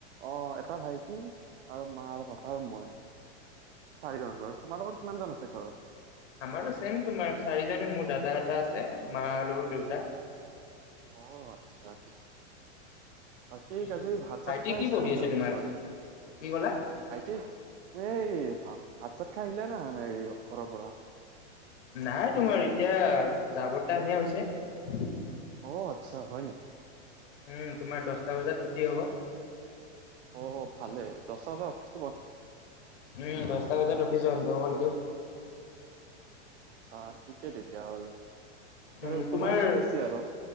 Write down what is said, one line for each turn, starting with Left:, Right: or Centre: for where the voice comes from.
Right: অ এটা ভাইটি আৰু মা আৰু পাপা মই। চাৰিজন। তোমালোকৰ কিমান জন আছে ঘৰত?
Left: আমাৰো ছেম তোমাৰ চাৰিজনে মূত দাদা এটা আছে মা আৰু দেউতা।
Right: অ আচ্ছা ঠিক বাকী
Left: উম
Right: কাজি ভাত
Left: ভাইটি
Right: চাত খাইছে
Left: কি পঢ়ি
Right: না হানা
Left: আছে
Right: অফিচত?
Left: তোমাৰ কি ক'লা
Right: ভাইটি এই ভাব ভাত চাত খাই আহিলা না হানা ৰিঅ' ঘৰৰ পৰা?
Left: নাই, তোমাৰ এতিয়া জাবৰ টাইমহে হৈছে।
Right: অ আচ্ছা হয় নেকি?
Left: উম তোমাৰ দছটা বজাত ছুটি হ'ব।
Right: অ ভালে, দছটা বজাত অফিচ
Left: উম, দহটা বজাত অফিচ বন্ধ কৰি দিওঁ।
Right: চা ঠিকে তেতিয়াহ'লে। পিছে
Left: উম,
Right: আৰু সময়
Left: তোমাৰ
Right: নাই বেছি আৰু